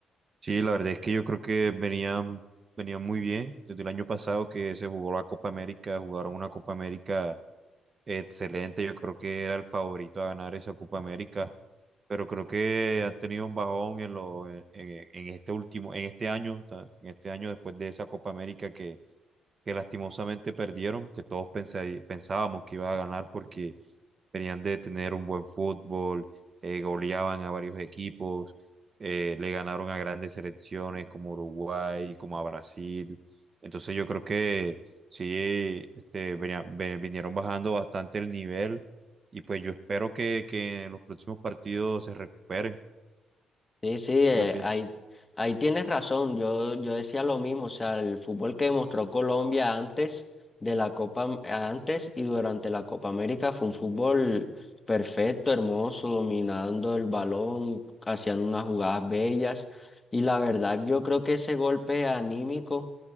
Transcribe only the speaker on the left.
Sí, sí, eh,
ahí, ahí tienes razón. Yo, yo decía lo mismo, o sea, el fútbol que demostró Colombia antes de la Copa, Am- antes y durante la Copa América fue un fútbol perfecto, hermoso, dominando el balón, hacían unas jugadas bellas. Y la verdad, yo creo que ese golpe anímico